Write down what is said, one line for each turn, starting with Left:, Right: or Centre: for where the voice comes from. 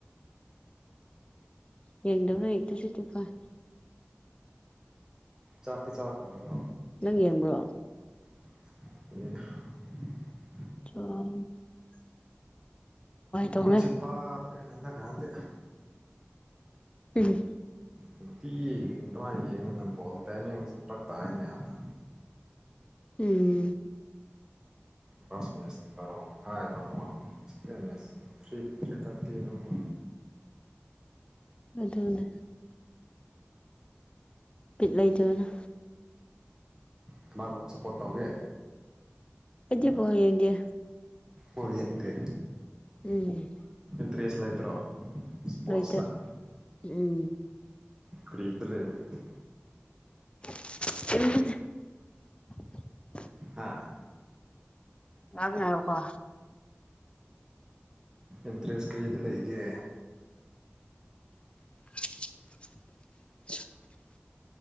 Left: ꯌꯦꯗꯕꯩ ꯇꯨꯝꯁꯤꯠꯇꯤ ꯐꯥꯢ
Right: ꯆꯥꯛꯇꯤ ꯆꯥ ꯍꯧꯔꯕꯣ
Left: ꯅꯪ ꯌꯦꯡꯕ꯭ꯔꯣ
Right: ꯑꯦ
Left: <unintelligible> ꯊꯣꯡꯉꯦ
Right: ꯇꯨꯝꯁꯤꯠ ꯐꯥꯗ꯭ꯔꯦ ꯍꯟꯗꯛ ꯀꯥꯟꯗꯤ
Left: ꯎꯝ
Right: ꯅꯨꯡꯇꯤꯒꯤ ꯑꯗꯨꯃꯥꯏꯅ ꯌꯦꯡꯉꯅꯅ ꯕꯣꯜ ꯇꯥꯏꯃꯤꯡꯁꯤ ꯐꯔꯛ ꯇꯥꯏꯅꯦ ꯌꯥꯝꯅ
Left: ꯎꯝ
Right: ꯐꯥꯔꯁ ꯃꯦꯁ ꯕꯥꯔꯣ ꯃꯈꯥꯏꯗ ꯑꯃꯨꯛ ꯁꯦꯀꯦꯟ ꯃꯦꯁꯅ ꯊ꯭ꯔꯤ ꯊ꯭ꯔꯤ ꯊꯥꯔꯇꯤꯗ ꯃꯨꯛ
Left: <inaudible> ꯑꯗꯨꯅꯦ ꯄꯤꯠ ꯂꯩꯇꯗꯅ
Right: ꯀꯅꯥꯕꯨ ꯁꯞꯄꯣꯔꯠ ꯇꯧꯒꯦ
Left: ꯏꯗꯤ ꯄ ꯌꯦꯒꯦ
Right: ꯑꯣꯏ ꯌꯦꯗ
Left: ꯎꯝ
Right: ꯏꯟꯇꯔꯦꯁ ꯂꯩꯇ꯭ꯔꯣ ꯏꯁꯄꯣꯔꯠꯁꯇ
Left: ꯂꯩꯇꯦ ꯎꯝ
Right: ꯈꯔꯤꯗ ꯂꯦꯕꯗꯤ
Left: ꯑ
Right: ꯍꯥꯥ
Left: ꯌꯥ ꯌꯥꯔꯀꯣ
Right: ꯏꯟꯇ꯭ꯔꯦꯟꯁ ꯀꯔꯤꯗ ꯂꯩꯒꯦ
Left: <unintelligible>